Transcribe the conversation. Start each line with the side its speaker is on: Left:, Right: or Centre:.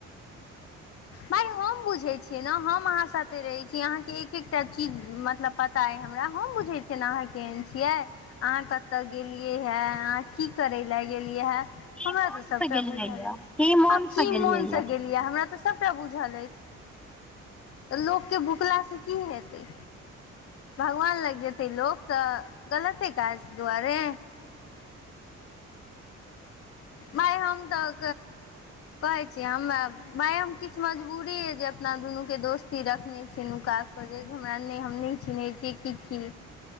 Left: भाइ हम बुझै छियै ने हम अहाँ साथे रहैत छी अहाँ के एक एकटा चीज मतलब पता अइ हमरा हम बुझै छियै ने अहाँ केहन छियै अहाँ कतय गेलियै हे अहाँ की करय लए गेलियै हे
Centre: की
Left: हमरा
Centre: मोन
Left: तऽ
Centre: से
Left: सबटा
Centre: गेलियै
Left: बुझल
Centre: ये की मोन
Left: आ
Centre: से
Left: की
Centre: गेलियै
Left: मोन
Centre: ये
Left: से गेलियै हमरा तऽ से सबटा बुझल अछि लोक के भुखला से की हेतै भगवान लाग जेते लोक तऽ गलते काज दुआरे माय हम तऽ कहै छी हमरा माय हम किछ मजबूरी ये अपना दुनू के दोस्ती रखने छी नुका कऽ जे हमरा ने हम निक चिनै छी की की